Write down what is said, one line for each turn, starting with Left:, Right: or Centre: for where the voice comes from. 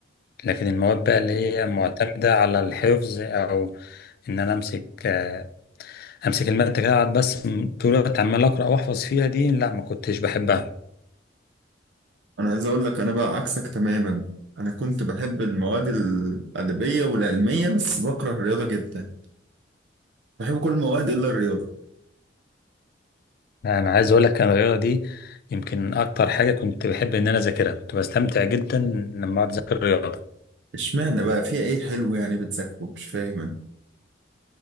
Left: لكن المواد بقى اللي هي معتمدة على الحفظ أو إن أنا أمسك آه، أمسك المادة كده أقعد بس طول الوقت عمال أقرأ وأحفظ فيها دي لا ما كنتش بحبها
Right: انا عايز اقول لك انا بقى عكسك تماما انا كنت بحب المواد الادبيه والعلميه بس بكره الرياضه جدا بحب كل المواد الا الرياضه
Left: انا عايز اقول لك أنا الرياضه دي يمكن اكتر حاجه كنت بحب ان انا اذاكرها كنت بستمتع جدا لما اقعد اذاكر الرياضه
Right: اشمعنى بقى فيها ايه حلو يعني بتذاكره مش فاهم أنا.